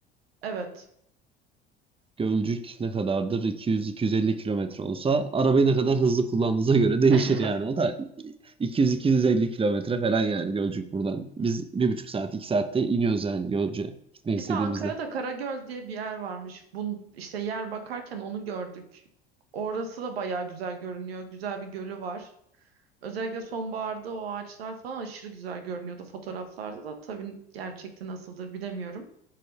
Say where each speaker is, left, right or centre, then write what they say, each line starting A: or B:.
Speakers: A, on the right; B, on the right.
A: Evet.
B: Gölcük ne kadardır? 200-250 kilometre olsa arabayı ne kadar hızlı kullandığınıza göre değişir
A: <laughs>
B: yani. O da 200-250 kilometre falan yani Gölcük buradan. Biz bir buçuk saat, iki saatte iniyoruz yani Gölcük'e gitmek
A: Bir
B: istediğimizde.
A: de Ankara'da Karagöl diye bir yer varmış. Bun işte yer bakarken onu gördük. Orası da bayağı güzel görünüyor. Güzel bir gölü var. Özellikle sonbaharda o ağaçlar falan aşırı güzel görünüyordu fotoğraflarda da. Tabii gerçekte nasıldır bilemiyorum.